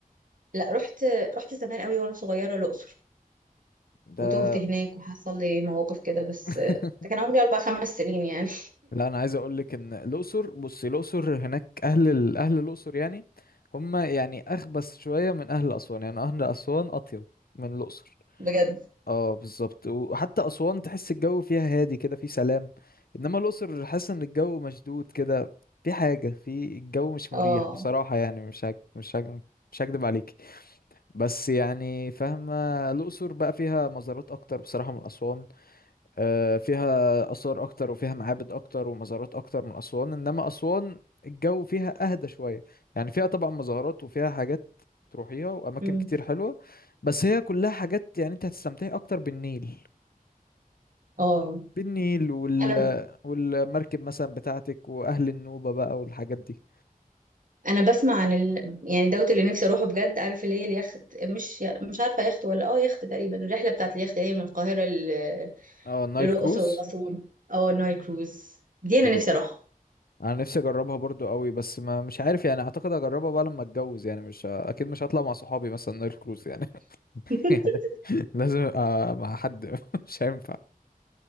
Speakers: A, on the right; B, on the left.
A: لا رحت رحت زمان قوي وانا صغيرة الأقصر
B: ده
A: وتوهت هناك وحصل لي مواقف كده بس
B: <laughs>
A: آه، ده كان عمري أربع خمس سنين يعني
B: لا انا عايز اقول لك ان الاقصر بصي الاقصر هناك اهل ال- اهل الاقصر يعني هم يعني اخبث شويه من اهل اسوان يعني اهل اسوان اطيب من الاقصر
A: <laughs> بجد
B: اه بالظبط وحتى اسوان تحس الجو فيها هادي كده في سلام انما الاقصر حاسس ان الجو مشدود كده في حاجه في الجو مش
A: اه
B: مريح بصراحه يعني مش هك مش هك مش هكدب عليكي بس يعني فاهمه الاقصر بقى فيها مزارات اكتر بصراحه من اسوان آه، فيها آثار أكتر وفيها معابد أكتر ومزارات أكتر من أسوان إنما أسوان الجو فيها أهدى شوية يعني فيها طبعا مزارات وفيها حاجات تروحيها وأماكن
A: أمم.
B: كتير حلوة بس هي كلها حاجات يعني أنت هتستمتعي أكتر بالنيل
A: اه
B: بالنيل وال...
A: انا
B: والمركب مثلا بتاعتك وأهل النوبة بقى والحاجات دي
A: انا بسمع عن ال... يعني دوت اللي نفسي اروحه بجد عارف اللي هي اليخت مش مش عارفه يخت ولا اه يخت تقريبا الرحله بتاعت اليخت اللي هي من القاهره ل-
B: اه نايل
A: للاقصر
B: كروز
A: واسوان اه النايل كروز دي انا
B: ايوه
A: نفسي اروحها
B: انا نفسي اجربها برضو قوي بس ما مش عارف يعني اعتقد اجربها بقى لما اتجوز يعني مش ه- اكيد مش هطلع مع صحابي مثلا نايل كروز يعني
A: <laughs>
B: <laughs> يعني لازم ابقى مع حد <laughs> مش هينفع